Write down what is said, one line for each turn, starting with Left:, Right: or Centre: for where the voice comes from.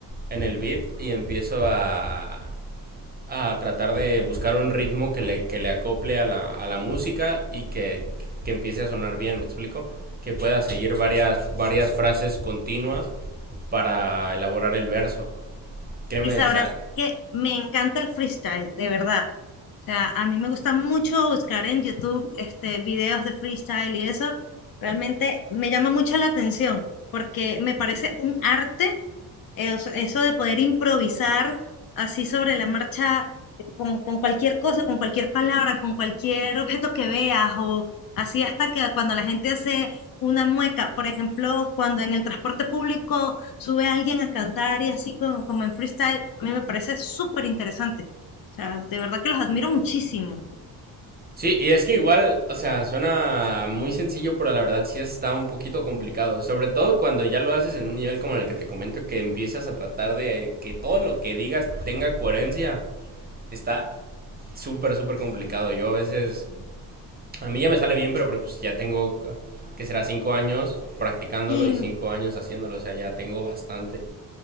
Right: en el beat y empiezo a, a tratar de buscar un ritmo que le, que le acople a la, a la música y que, que empiece a sonar bien, ¿me explico? Que pueda seguir varias, varias frases continuas para elaborar el verso. Créeme,
Left: Y sabrás
Right: o sea,
Left: que me encanta el freestyle, de verdad. O sea, a mí me gusta mucho buscar en YouTube este, videos de freestyle y eso realmente me llama mucho la atención porque me parece un arte eh, o sea, eso de poder improvisar así sobre la marcha eh, con, con cualquier cosa, con cualquier palabra, con cualquier objeto que veas o así hasta que cuando la gente hace una mueca, por ejemplo, cuando en el transporte público sube alguien a cantar y así como, como en freestyle, a mí me parece súper interesante. O sea, de verdad que los admiro muchísimo.
Right: Sí, y es que igual, o sea, suena muy sencillo, pero la verdad sí está un poquito complicado. Sobre todo cuando ya lo haces en un nivel como el que te comento, que empiezas a tratar de que todo lo que digas tenga coherencia. Está súper, súper complicado. Yo a veces, a mí ya me sale bien, pero pues pues, ya tengo, que será cinco años practicándolo
Left: ¿Y,
Right: y cinco años haciéndolo, o sea, ya tengo bastante.